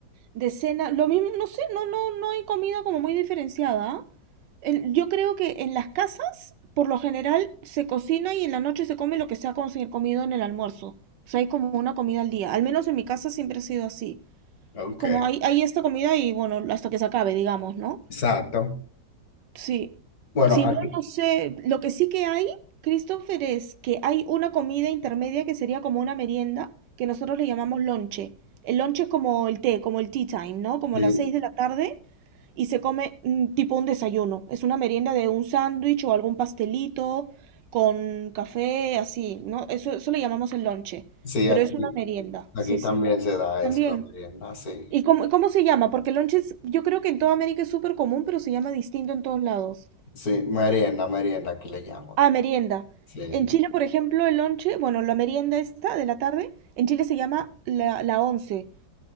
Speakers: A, on the right; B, on the left.
A: De cena, lo mismo, no sé, no, no, no hay comida como muy diferenciada. ¿ah? El- yo creo que en las casas, por lo general, se cocina y en la noche se come lo que se ha consi- comido en el almuerzo. O sea, hay como una comida al día. Al menos en mi casa siempre ha sido así.
B: Ok,
A: Es como hay, hay esta comida y bueno, hasta que se acabe, digamos, ¿no?
B: exacto.
A: Sí,
B: Bueno,
A: si
B: aquí,
A: no, no sé. Lo que sí que hay, Christopher, es que hay una comida intermedia que sería como una merienda, que nosotros le llamamos lonche. El lonche es como el té, como el tea time, ¿no? Como
B: sí,
A: las 6 de la tarde y se come mm, tipo un desayuno. Es una merienda de un sándwich o algún pastelito con café, así, ¿no? Eso, eso le llamamos el lonche,
B: sí,
A: pero
B: aquí,
A: es una merienda,
B: aquí
A: sí,
B: también
A: sí.
B: se da
A: También.
B: eso, la merienda, sí.
A: ¿Y cómo, cómo se llama? Porque el lonche es- yo creo que en toda América es súper común, pero se llama distinto en todos lados.
B: Sí, merienda, merienda que le llaman.
A: Ah, merienda.
B: Sí.
A: En Chile, por ejemplo, el lonche, bueno, la merienda esta de la tarde, en Chile se llama la, la once.